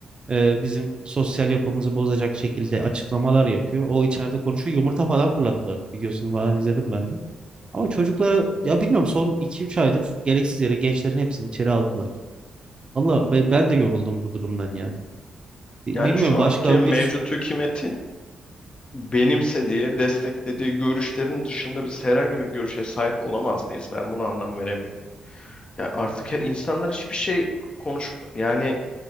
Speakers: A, on the right (about 40°); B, on the left (about 40°).
A: e, bizim sosyal yapımızı bozacak şekilde açıklamalar yapıyor. O içeride konuşuyor. Yumurta falan fırlattılar. Videosunu falan izledim ben de. Ama çocuklara ya bilmiyorum son iki üç aydır gereksiz yere gençlerin hepsini içeri aldılar. Valla ben, ben de yoruldum bu durumdan ya. Bi-
B: Yani
A: Bilmiyorum
B: şu
A: başka
B: anki mevcut
A: bir
B: hükümetin benimsediği, desteklediği görüşlerin dışında biz herhangi bir görüşe sahip olamaz mıyız? Ben bunu anlam veremiyorum. Ya artık he- insanlar hiçbir şey konuş yani